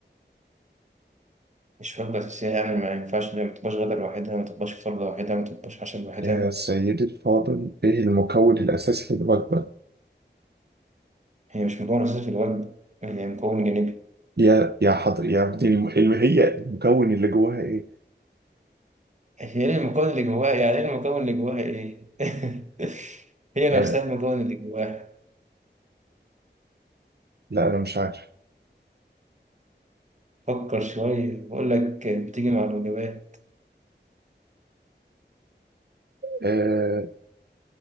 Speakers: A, on the right; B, on the right.
A: مش وجبة أساسية يعني ما ينفعش ما تبقاش غدا لوحدها ما تبقاش فطار لوحدها ما تبقاش عشاء لوحدها
B: يا سيدي الفاضل إيه المكون الأساسي في الوجبة
A: هي مش مكون أساسي في الوجبة هي مكون جانبي
B: يا يا حضر يا ابني الم... الم- هي المكون اللي جواها ايه؟
A: هي ايه المكون اللي جواها يعني ايه المكون اللي جواها ايه <laughs> هي
B: يعني
A: نفسها المكون اللي جواها
B: لا انا مش عارف
A: فكر شوية بقول لك بتيجي مع الوجبات
B: آه...